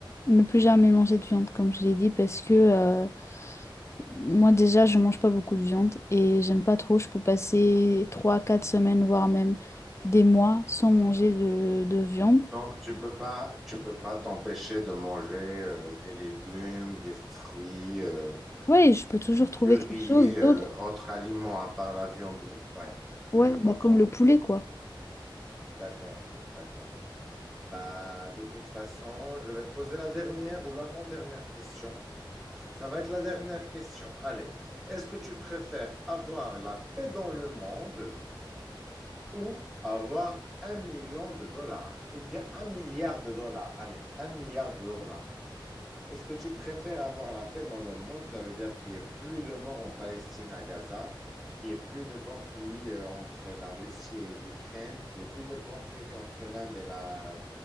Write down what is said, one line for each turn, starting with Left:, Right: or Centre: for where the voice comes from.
Left: ne plus jamais manger de viande, comme je l'ai dit, parce que euh, moi déjà, je mange pas beaucoup de viande et j'aime pas trop. Je peux passer trois, quatre semaines, voire même des mois sans manger de, de viande.
Centre: Donc, tu peux pas, tu peux pas t'empêcher de manger euh, des légumes, des fruits, euh,
Left: Ouais, je peux
Centre: des
Left: toujours trouver
Centre: purées,
Left: quelque chose
Centre: euh,
Left: d'autre.
Centre: autres aliments à part la viande. rou- Ouais,
Left: Ouais,
Centre: ouais, je comprends.
Left: bah comme le poulet, quoi.
Centre: D'accord, d'accord. Bah, de toute façon, je vais poser la dernière ou l'avant-dernière question. Ça va être la dernière question. Allez, est-ce que tu préfères avoir la paix dans le monde ou avoir un million de dollars ou bien un milliard de dollars? Allez, un milliard de dollars. Est-ce que tu préfères avoir la paix dans le monde? Ça veut dire qu'il n'y ait plus de morts en Palestine à Gaza, qu'il n'y ait plus de conflits euh, entre la Russie et l'Ukraine, qu'il n'y ait plus de conflits entre l'Inde et la,